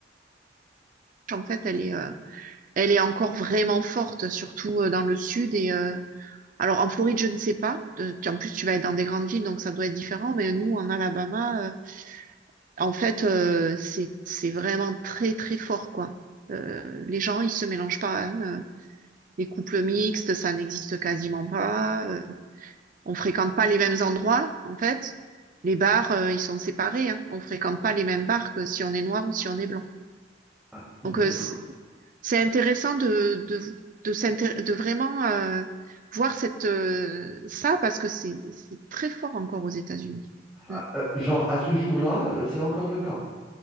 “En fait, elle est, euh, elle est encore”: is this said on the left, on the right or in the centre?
Right